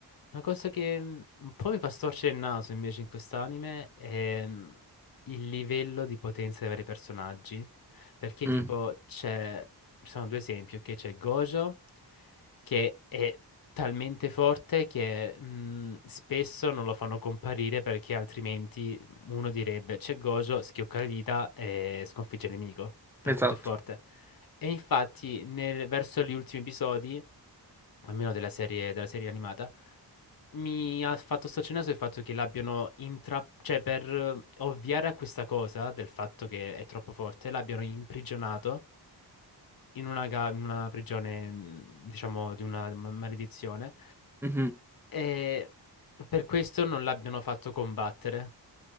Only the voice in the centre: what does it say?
Mm.
Esatto.
Mhm.